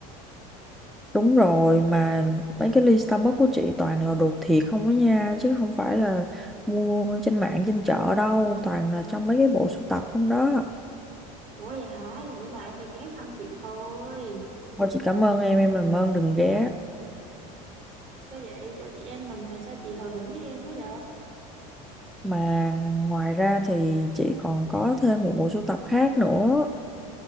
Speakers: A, in the centre; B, on the right.
A: Đúng rồi mà mấy cái ly Starbucks của chị toàn là đồ thiệt không á nha chứ không phải là mua trên mạng trên chợ đâu toàn là trong mấy cái bộ sưu tập không đó
B: Ủa vậy hả? Bữa nào em phải ghé thăm chị thôi.
A: thôi chị cảm ơn em em làm ơn đừng ghé
B: Sao vậy? Chỗ chị em mình mà sao chị hờ hững với em quá vậy?
A: mà ngoài ra thì chị còn có thêm một bộ sưu tập khác nữa